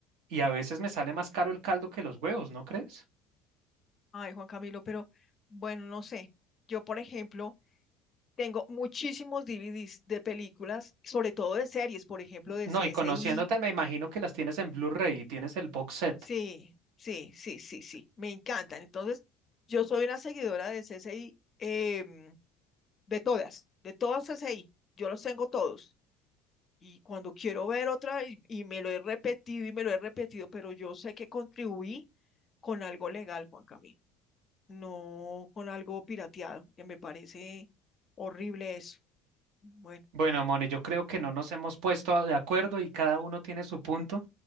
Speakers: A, on the right (about 65°); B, on the left (about 35°).
A: Y a veces me sale más caro el caldo que los huevos, ¿no crees?
B: Ay, Juan Camilo, pero bueno, no sé. Yo, por ejemplo, tengo muchísimos DVDs de películas, sobre todo de series, por ejemplo, de
A: No,
B: CSI.
A: y conociéndote, me imagino que las tienes en Blu-ray y tienes el box set.
B: Sí, sí, sí, sí, sí, me encantan. Entonces, yo soy una seguidora de CSI, em, de todas, de todas CSI. Yo los tengo todos. Y cuando quiero ver otra, y, y me lo he repetido y me lo he repetido, pero yo sé que contribuí con algo legal, Juan Camilo, no con algo pirateado, que me parece horrible eso. Bueno,
A: Bueno, Moni, yo creo que no
B: en-
A: nos hemos puesto de acuerdo y cada uno tiene su punto,